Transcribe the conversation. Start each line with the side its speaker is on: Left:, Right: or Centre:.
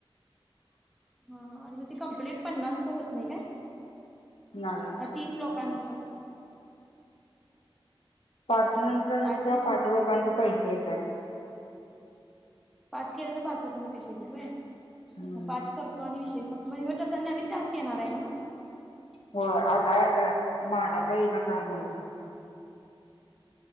Centre: ह ह आणि मग ते कंप्लीट पन्नास होत नाही काय
Left: नाही
Centre: तीस. लोकांचं.
Left: पाच नंतर
Centre: काय
Left: आ क किंवा
Centre: तर
Left: पाच लोकांचे पैसे येतात.
Centre: पाच केले तर पाच लोकांचे पैसे येतेय
Left: हम्म
Centre: पाच. करतो आणि विषेषजे हो तसा नवीन टॅक्स येणार आहे ना मग
Left: हो आला माझा काही ना काय माहि.